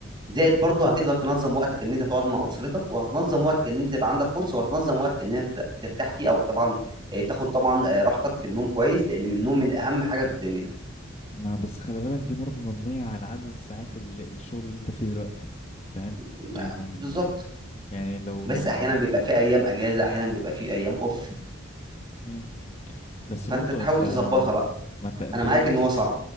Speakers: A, on the right; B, on the left.
A: زائد برضه هتقدر تنظم وقتك ان انت تقعد مع اسرتك وهتنظم وقتك ان انت يبقى عندك كورس وهتنظم وقتك ان انت ترتاح فيه او طبعا آه، تاخد طبعا آه، راحتك في النوم كويس لان من النوم من اهم حاجه في الدنيا
B: ما بس خلي بالك دي برضو مبنية على عدد الساعات اللي الشغل اللي انت فيه دلوقتي فاهم
A: ما-
B: يعني
A: بالظبط
B: يعني لو
A: بس
B: ما...
A: احيانا بيبقى في ايام اجازه احيانا بيبقى في ايام اوف
B: مم. بس
A: فانت
B: برضو
A: تحاول
B: انت
A: تظبطها بقى
B: ما انت انت
A: انا معاك
B: جاي
A: ان هو صعب